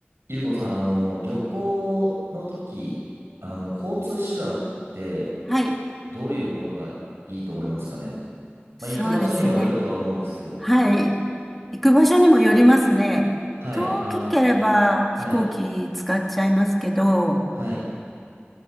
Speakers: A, on the right; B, in the centre.
A: ゆうこさん、あの、旅行の時、あの、交通手段って
B: はい。
A: どういうものがいいと思いますかね。
B: そうですね。
A: まあ、行く場所にもよるとは思うんですけど、
B: はい。行く場所にもよりますね。
A: はい、
B: 遠ければ飛行機使っちゃいますけど、
A: あの、はい、はい。